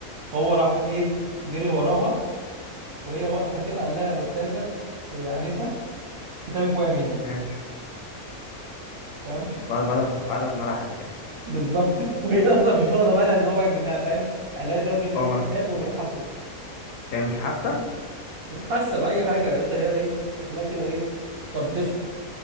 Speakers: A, on the right; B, on the left.
A: هو راح ايه جري وراها وهي واقفه كده قال لها يا استاذه يا انسه كتابك وقع منك
B: ماشي
A: تمام
B: بعد بعد بعد ما لحس يعني
A: بالظبط <laughs> وهي اصلا مش واخده بالها ان هو واقع منها فاهم قالت راجل ماسك
B: اه ما-
A: كتاب وبيلحسه
B: هي مش حاسه
A: مش حاسه باي حاجه يا باشا هي ايه شكلها كده ايه كانت بتشرب